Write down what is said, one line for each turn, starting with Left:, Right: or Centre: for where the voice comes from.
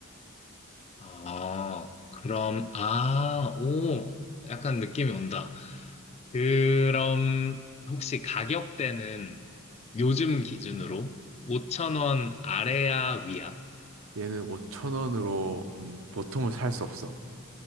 Left: 아, 그럼, 아, 오, 약간 느낌이 온다. 그럼 혹시 가격대는 요즘 기준으로 5천 원 아래야 위야?
Right: 얘는 5천 원으로, 음, 보통은 살 수 없어.